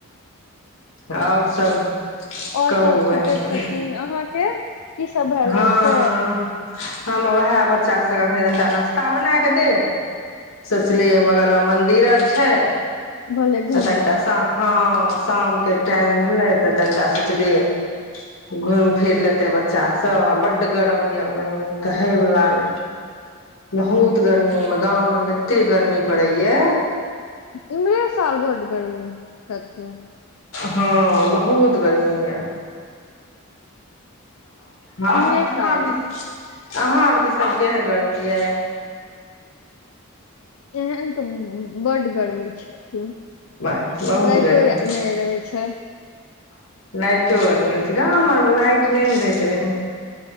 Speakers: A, on the left (about 70°); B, on the left (about 85°).
A: आओर सब
B: आओर
A: कहू
B: सभ
A: बहिन
B: ठीके छथिन अहाँके की सब भेल
A: हँ
B: रहै से
A: हम उएह बच्चा सभके एखनि तनिटा नाश्ता बना कऽ देब सोचलियै बगलमे मन्दिर आओर छै
B: भले घूमब
A: तनिटा सा हँ साम के टाइम भेलै तऽ तनिटा सोचलियै घुम फिर लेते बच्चा सभ त बड्ड गर्मी ये बहीन कहै वला ने बहुत गर्मी मे गाम मे एते गर्मी पड़ै ये
B: इमरे साल बड्ड गर्मी सचमे
A: हँ बहुत गर्मी ये हँ
B: इम्हरे साल
A: इम्हर दिस अहाँ आर दिसन केहन गर्मी ये
B: एहन तऽ बड्ड गर्मी छथिन
A: बहुत
B: लाइटो
A: गर्मी
B: नहि रहै छै
A: लाइटो आर नहि रहै छै गाम आरमे लाइट नहि ने रहै छै ओहन